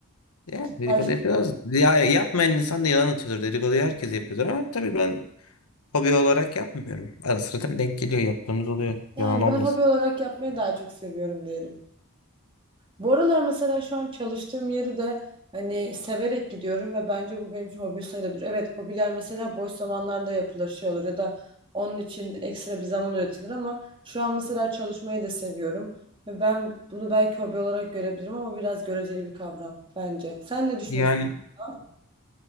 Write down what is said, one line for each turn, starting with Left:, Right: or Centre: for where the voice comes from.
Left: Ya dedikodu
Right: Başka.
Left: yapıyoruz. Ya yapmayan insan da yalan atıyordur. Dedikoduyu herkes yapıyordur ama tabii ben hobi olarak yapmıyorum. Ara sıra tabii denk geliyor. Yaptığımız oluyor.
Right: Yani
Left: Yalan olmasın.
Right: ben hobi olarak yapmayı daha çok seviyorum diyelim. Bu aralar mesela şu an çalıştığım yeri de hani severek gidiyorum ve bence bu benim için hobi sayılabilir. Evet hobiler mesela boş zamanlarda yapılır şey olur ya da onun için ekstra bir zaman üretilir ama şu an mesela çalışmayı da seviyorum. Ve ben bunu belki hobi olarak görebilirim ama biraz göreceli bir kavram bence. Sen ne düşünüyorsun
Left: Yani
Right: bu konuda?